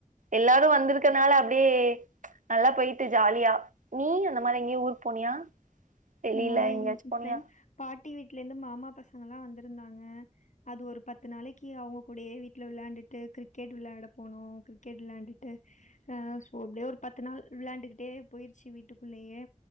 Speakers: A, on the right; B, on the left.
A: எல்லாரு வந்துருக்கனால அப்டியே நல்லா போயிட்டு ஜாலியா நீ அந்த மாரி எங்கியு ஊர் போனியா வெளியில
B: நா இந்த
A: எங்கயாச்சு போனியா
B: டைம் பாட்டி வீட்லேருந்து மாமா பசங்கல்லா வந்துருந்திருந்தாங்க அது ஒரு பத்து நாளைக்கி அவுங்க கூடேயே வீட்டுல விளாண்டுட்டு கிரிக்கெட் விளாட போனோ கிரிக் கிரிக்கெட் விளாண்ட்டு அ சோ அப்டியே ஒரு பத்து நாள் விளாண்டுகிட்டே போயிருச்சு வீட்டுக்குள்ளேயே